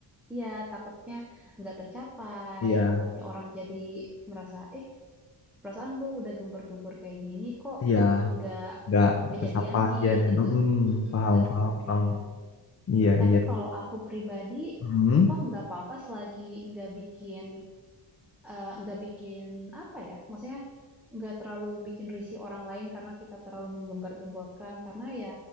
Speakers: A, in the centre; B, on the left.
A: iya takutnya nggak tercapai
B: Iya,
A: takutnya orang jadi merasa eh perasaan lu udah gembor-gembor kayak gini kok
B: iya.
A: nggak
B: Nggak
A: kejadian
B: tersampaikan
A: sih
B: aja nih.
A: gitu
B: mm
A: Mm-mm,
B: Paham,
A: nggak
B: paham,
A: kesampaian
B: paham. Iya,
A: tapi
B: iya.
A: kalau aku pribadi,
B: Mm.
A: toh nggak apa-apa selagi nggak bikin eh, nggak bikin apa ya, maksudnya nggak terlalu bikin risih orang lain karena kita terlalu menggembar-gemborkan. Karena ya